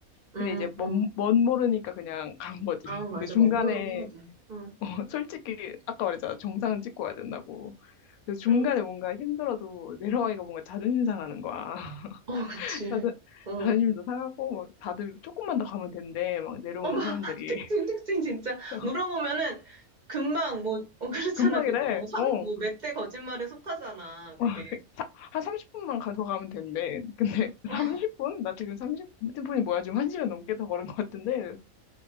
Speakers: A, on the right (about 45°); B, on the left (about 75°).
A: 응,
B: 근데 이제 뭔,
A: 응.
B: 뭔 모르니까 그냥 <laughs> 간 거지.
A: 아, 맞아.
B: 근데 중간에
A: 원모로 해야 돼. 응.
B: 어, 솔직히 아까 말했잖아. 정상은 찍고 와야 된다고. 그래서 중간에
A: 응.
B: 뭔가 힘들어도 내려가기가 뭔가 자존심 상하는 거야. <laughs>
A: 어, 그치.
B: 자존,
A: 어, 어.
B: 자존심도 상하고 막 다들 조금만 더 가면 된대. 막 내려오는
A: 어, 막
B: 사람들이.
A: <laughs> 특징 특징 진짜
B: <laughs>
A: 물어보면은 금방 뭐 어, 그렇잖아
B: 금방이래.
A: 그거 삼뭐몇
B: 어.
A: 대 거짓말에 속하잖아.
B: 어,
A: 그게
B: <laughs> 사- 한 30분만 가, 더 가면 된대. 근데 <laughs>
A: 아,
B: 30분? 나 지금 30분이 뭐야? 지금 1시간 넘게 더 걸은 것 같은데.